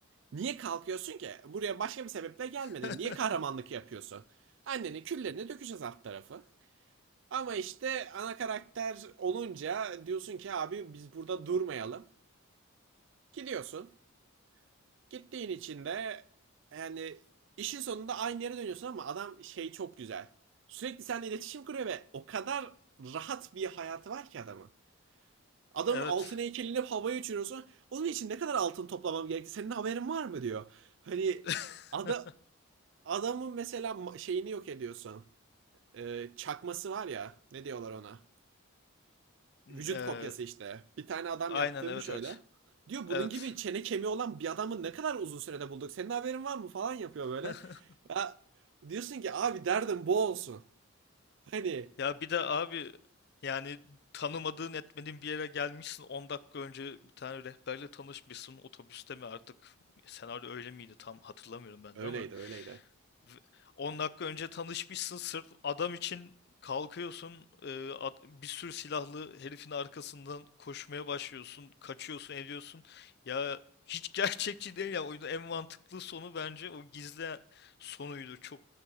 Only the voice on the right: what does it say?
niye kalkıyorsun ki? Buraya başka bir sebeple gelmedin.
Niye kahramanlık yapıyorsun? Annenin küllerini dökeceğiz alt tarafı. Ama işte ana karakter olunca diyorsun ki abi biz burada durmayalım. Gidiyorsun. Gittiğin için de yani işin sonunda aynı yere dönüyorsun ama adam şey çok güzel. Sürekli seninle iletişim kuruyor ve o kadar rahat bir hayatı var ki adamın. Adamın
altın heykelini havaya uçuruyorsun. Onun için ne kadar altın toplamam gerekti? Senin haberin var mı diyor. Hani
ada, adamın mesela şeyini yok ediyorsun. Ee, çakması var ya. Ne diyorlar ona?
Vücut kopyası işte. Bir tane adam
yaptırmış
öyle.
Diyor bunun
gibi çene kemiği olan bir adamı ne kadar uzun sürede bulduk. Senin haberin var mı falan yapıyor böyle.
Ya diyorsun ki abi derdim bu olsun. Hani
öyleydi
öyleydi.